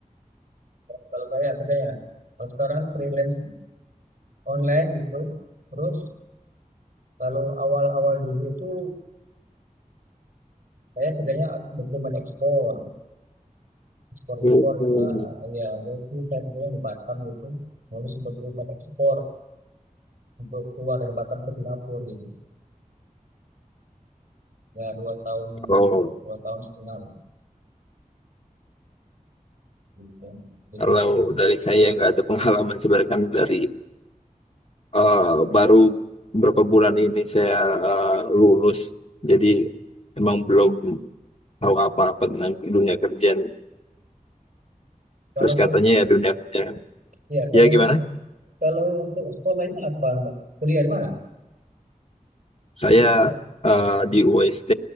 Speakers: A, on the right (about 85°); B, on the left (about 45°).
A: Kalau saya kerjanya, kalau sekarang freelance online gitu. Terus kalau awal-awal dulu itu saya kerjanya dokumen ekspor, ekspor
B: mm
A: impor gitu lah. Ah, Ya, jadi saya kerjanya di Batam gitu, ngurus dokumen ekspor untuk keluar dari Batam ke Singapura gitu. Ya dua tahun
B: Kalau
A: dua tahun setengah lah. Gitu. ya. Jadi
B: kalau dari saya nggak ada pengalaman sebenarnya kan dari eh, baru beberapa bulan ini saya eh,
A: ya.
B: lulus. Jadi emang belum tahu apa-apa tentang dunia kerjaan.
A: kalau
B: Terus
A: buat
B: katanya ya dunia kerjaan.
A: ya kalau
B: Ya gimana?
A: kalau untuk sekolahnya apa Mbak? Kuliah di mana?
B: Saya eh, di UST